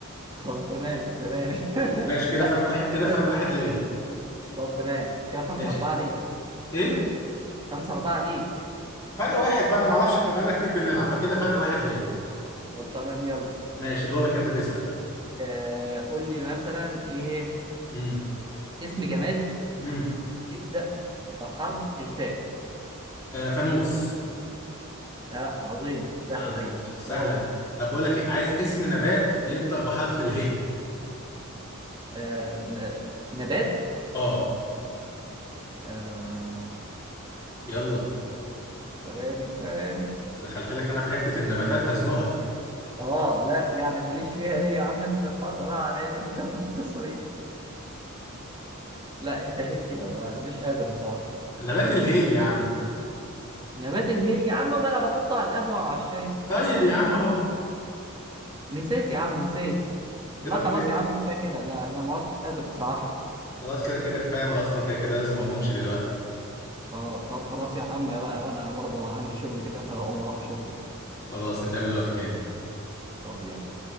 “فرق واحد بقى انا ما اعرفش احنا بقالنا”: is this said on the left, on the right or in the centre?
Left